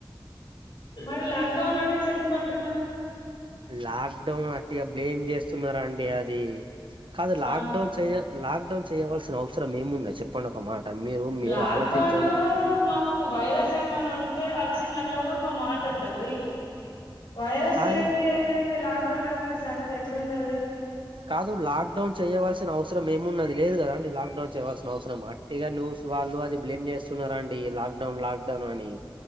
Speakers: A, on the left; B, on the right.
A: మరి లాక్డౌన్ అనేసి ఎందుకు అన్.
B: లాక్డౌన్ అట్టిగా బ్లేమ్ చేస్తున్నారా అండి. అది కాదు లాక్డౌన్
A: ఆ
B: చేయ లాక్ డౌన్ చేయవలసిన అవసరం ఏముందో చెప్పండి ఒక మాట. మీరు మీరు
A: లాక్డౌన్
B: ఆలోచించండి
A: మనకు వైరస్ ఏమన్నా ఉన్. ఉంటే వచ్చిందన్న కూడా. ఒక మాట ఉంటది. వైరస్
B: కాదు
A: లేనిది ఏం లేంది లాక్ డౌన్ అనేసి అం ఎట్లుంటది.
B: కాదు లాక్డౌన్ చేయవలసిన అవసరం ఏమున్నది లేదు కదా అండి. లాక్ డౌన్ చేయవలసిన అవసరం అట్టిగానే న్యూస్ వాళ్ళు అది బ్లేమ్ చేస్తున్నరండి లాక్ డౌన్ లాక్డౌన్ అని.